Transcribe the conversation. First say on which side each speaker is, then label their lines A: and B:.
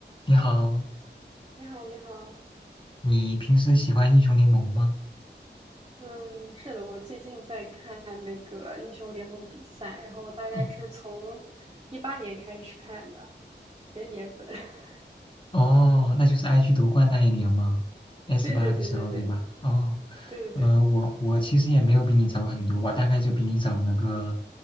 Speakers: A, on the left; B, on the right.
A: 你好，
B: 你好，你好，
A: 你平时喜欢英雄联盟吗？
B: 嗯，是的，我最近在看那个英雄联盟的比赛，然后我大概是从
A: 哦
B: 一八年开始看的，元年粉。<laughs>
A: 哦，那就是 IG 夺冠那一年吗？S
B: 对对对对对
A: 八的时候对吧？哦，
B: 对对对，
A: 呃，我我其实也没有比你早很多，我大概就比你早了个